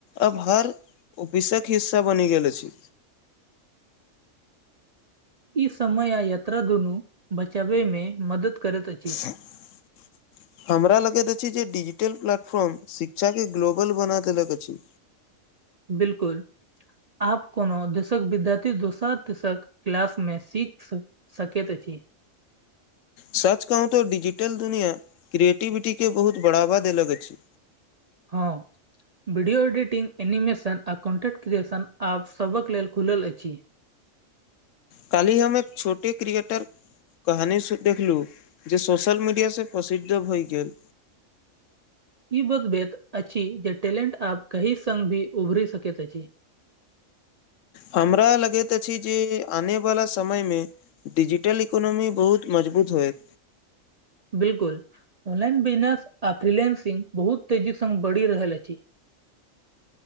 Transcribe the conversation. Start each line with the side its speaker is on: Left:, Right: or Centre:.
Left: अब हर ऑफिसक हिस्सा बनि गेल अछि।
Right: ई समय आ यात्रा दुनू बचाबे में मदद करैत
Left: <unintelligible>
Right: अछि
Left: हमरा लगैत अछि जे डिजिटल प्लेटफॉर्म शिक्षा के ग्लोबल बना देलक अछि।
Right: बिलकुल आप कोनो देशक विद्यार्थी दोसरक तेसरक क्लास मे सीख सकेत अछी
Left: सच कहू तऽ डिजिटल दुनिया क्रिएटिविटी के बहुत बढ़ावा देलक अछि
Right: हँ वीडियो एडिटिंग एनिमेशन आ कन्टेन्ट क्रिएशन आब सभक लेल खुलल अछि
Left: कालीह हमे एक छोटे क्रियेटर कहानी स देखलु जे सोशल मीडिया से प्रसिद्ध भय गेल
Right: ई बात वेद अछि जे टैलेंट आब कहीं सग भी उभरी सकैत अछि
Left: हमरा लगैत अछि जे आने वाला समय मे डिजिटल इकोनोमी बहुत मजबूत होएत
Right: बिलकुल ऑनलाइन बिजनेस आ फ्रीलेंसिंग बहुत तेजी स बढ़ि रहल अछि